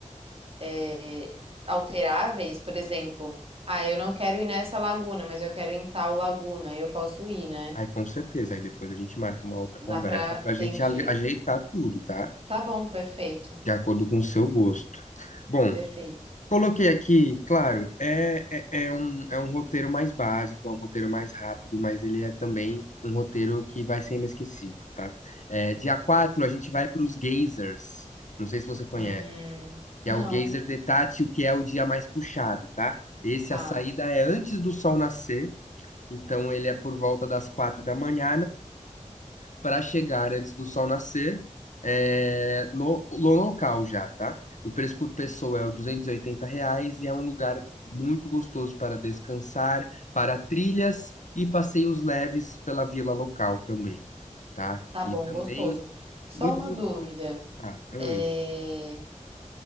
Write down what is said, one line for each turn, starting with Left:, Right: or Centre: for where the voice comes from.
Right: é, alteráveis, por exemplo, ah, eu não quero ir nessa laguna, mas eu quero ir em tal laguna, eu posso ir, né?
Left: ai, com certeza, aí depois a gente marca uma outra
Right: Dá
Left: conversa
Right: pra,
Left: para a gente
Right: entendi.
Left: ale- ajeitar tudo, tá?
Right: Tá bom, perfeito,
Left: De acordo com o seu gosto. Bom,
Right: perfeito.
Left: Coloquei aqui, claro, é, é, é um, é um roteiro mais básico, é um roteiro mais rápido, mas ele é também um roteiro que vai ser inesquecível, tá? É, dia 4 a gente vai para os geysers, não sei se você conhece,
Right: Hum,
Left: que
Right: não,
Left: é o geyser de Tati, o que é o dia mais puxado, tá? Esse,
Right: tá,
Left: a saída é antes do sol nascer, então ele é por volta das 4 da manhã, para chegar antes do sol nascer é, no, no local já, tá? O preço por pessoa é R$ 280 reais e é um lugar muito gostoso para descansar, para trilhas e passeios leves pela vila local também, tá?
Right: tá
Left: E
Right: bom,
Left: também
Right: gostoso. Só
Left: muito
Right: uma
Left: gostoso.
Right: dúvida,
Left: Ah, hum.
Right: é,